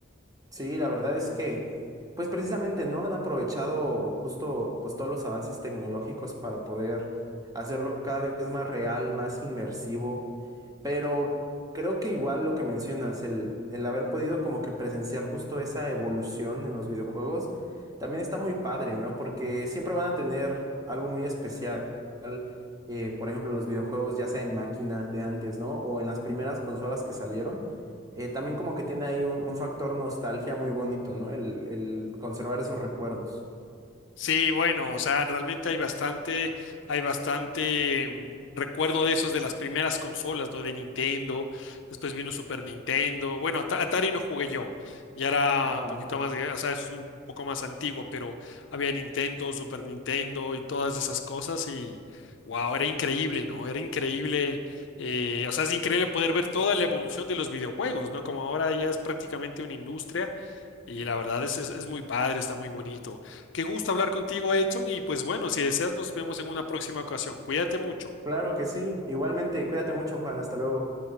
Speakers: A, on the right (about 15°); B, on the left (about 60°).
A: Sí, la verdad es que, pues precisamente, ¿no? Han aprovechado justo, pues todos los avances tecnológicos para poder hacerlo cada vez más real, más inmersivo, pero creo que igual lo que mencionas, el, el haber podido como que presenciar justo esa evolución en los videojuegos, también está muy padre, ¿no? Porque siempre van a tener algo muy especial, eh, por ejemplo, los videojuegos ya sea en máquina de antes, ¿no? O en las primeras consolas que salieron eh, también como que tiene ahí un, un factor nostalgia muy bonito, ¿no? El, el conservar esos recuerdos.
B: Sí, bueno, o sea, realmente hay bastante, hay bastante mm, recuerdo de esos de las primeras consolas, ¿no? De Nintendo, después vino Super Nintendo, bueno, At- Atari no jugué yo, ya era
A: Ajá.
B: un poquito más, gra- o sea, eso es un poco más antiguo, pero había Nintendo, Super Nintendo y todas esas cosas y, wow, era increíble, ¿no? Era increíble, eh, o sea, es increíble poder ver toda la evolución de los videojuegos, ¿no? Como ahora ya es prácticamente una industria Y la verdad es, es, es muy padre, está muy bonito. Qué gusto hablar contigo, Edson. Y pues bueno, si deseas, nos vemos en una próxima ocasión. Cuídate mucho.
A: Claro que sí. Igualmente, cuídate mucho, Juan. Hasta luego.